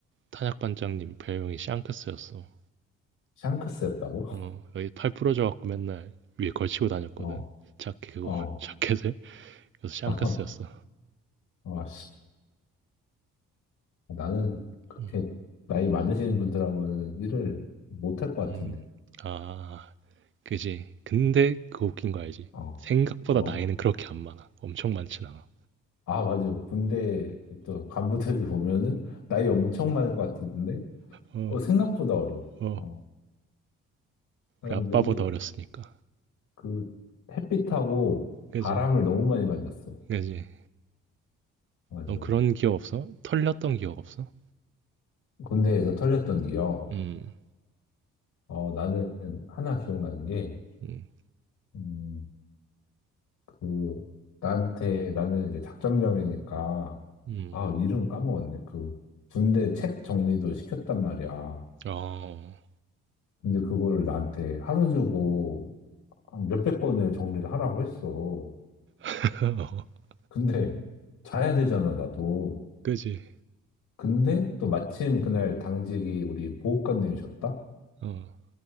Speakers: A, on the right (about 40°); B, on the left (about 65°).
A: 탄약 반장님 별명이 샹크스였어.
B: 샹크스였다고? <laughs>
A: 어, 여기 팔 부러져갖고 맨날 위에 걸치고 다녔거든.
B: 어,
A: 자켓 그거,
B: 어.
A: <laughs> 자켓을. 그래서 샹크스였어.
B: <laughs> 어, 나는 그렇게
A: 음,
B: 나이 많으신 분들하고는 일을 못 할 것
A: 음.
B: 같은데.
A: 아, 그지. 근데 그 웃긴 거 알지?
B: 어,
A: 생각보다
B: 뭐?
A: 나이는 그렇게 안 많아. 엄청 많진 않아.
B: 아, 맞아. 군대 또 간부들이 <laughs> 보면은 나이 엄청 많을 것 같은데,
A: 어,
B: 어, 생각보다 어려워.
A: 어,
B: 어, 사람들이
A: 우리 아빠보다 어렸으니까.
B: 그 햇빛하고
A: 그지,
B: 바람을 너무 많이 맞았어.
A: 그지.
B: 가지고
A: 넌 그런 기억 없어? 털렸던 기억 없어?
B: 군대에서 털렸던 기억.
A: 음,
B: 어, 나는 하나 기억나는 게,
A: 음,
B: 음, 그 나한테 나는 이제 작전병이니까
A: 음.
B: 아 이름을 까먹었네. 그 군대 책 정리도 시켰단 말이야.
A: 어,
B: 근데 그거를 나한테 하루 주고 한 몇백 권을 정리를 하라고 했어.
A: <laughs>
B: 근데 자야 되잖아 나도.
A: 그지.
B: 근데 또 마침 그날 당직이 우리 보호관님이셨다.
A: 어,